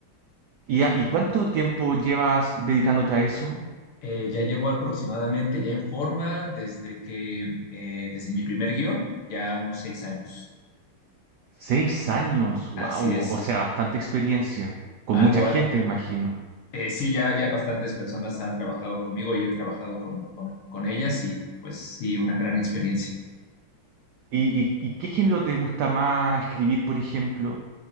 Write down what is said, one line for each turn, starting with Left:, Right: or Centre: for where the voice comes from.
Right: ¿Y, a- y cuánto tiempo llevas dedicándote a eso?
Left: Eh, ya llevo aproximadamente, ya en forma, desde que, eh, desde mi primer guión, ya unos seis años.
Right: Seis años, wow.
Left: Así es,
Right: O sea, bastante experiencia. Con
Left: algo,
Right: mucha gente,
Left: al-
Right: me imagino.
Left: eh, sí, ya, ya bastantes personas han trabajado conmigo y yo he trabajado con, con, con ellas y pues sí, una gran experiencia.
Right: ¿Y, y- y qué género te gusta más escribir, por ejemplo?